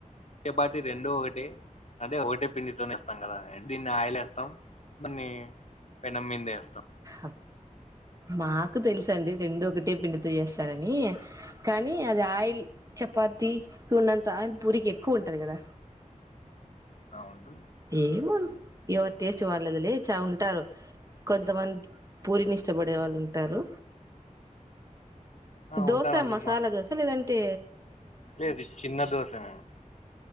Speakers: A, on the left; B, on the right.
A: చపాతీ రెండూ ఒక్కటే అంటే ఒకటే పిండితోనే వేస్తాం కదా దీన్ని ఆయిలే వేస్తాం దాన్ని పెనం మీందే వేస్తాం
B: అ మాకు తెలుసండి రెండు ఒకటే పిండితో చేస్తారని కానీ అది ఆయిల్ చపాత ఉన్నంత ఆయిల్ పూరికి ఎక్కువ ఉంటది కదా
A: ఆ ఉంటు
B: ఏమో ఎవరి టేస్ట్ వాళ్ళది లే చా ఉంటారు కొంతమంది పూరిని ఇష్టపడే వాళ్ళు ఉంటారు
A: ఆ
B: దోశ
A: ఉంటానండి
B: మసాలా
A: మా
B: దోశ లేదం టె
A: లేదు చిన్న దోశ <unintelligible>